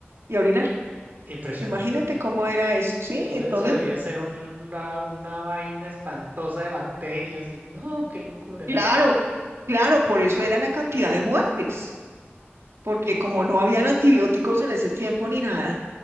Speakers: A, on the right; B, on the right.
A: y a orinar.
B: impresionante.
A: Imagínate cómo era eso, ¿sí?
B: Eh, Por
A: Entonces,
B: eso debía ser un la- una vaina espantosa de bacterias y no, qué locura.
A: claro, claro, por eso era la cantidad de muertes, porque como no habían antibióticos en ese tiempo ni nada